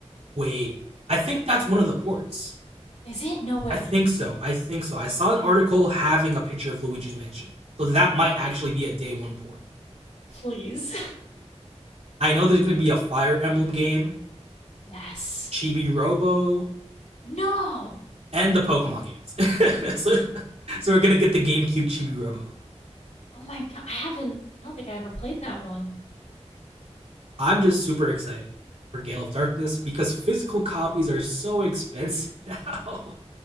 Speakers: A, on the right; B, on the left.
A: Wait, I think that's one of the ports.
B: Is it? No way.
A: I think so. I think so. I saw an article having a picture of Luigi's Mansion. So that might actually be a day one port.
B: Please.
A: I know there's gonna be a Fire Emblem game,
B: <laughs> yes.
A: Chibi Robo,
B: No.
A: and the Pokemon games. <laughs> so, so we're gonna get the GameCube Chibi Robo.
B: Oh my god, I haven't I don't think I ever played that one.
A: I'm just super excited for Gale of Darkness because physical copies are so expensive now.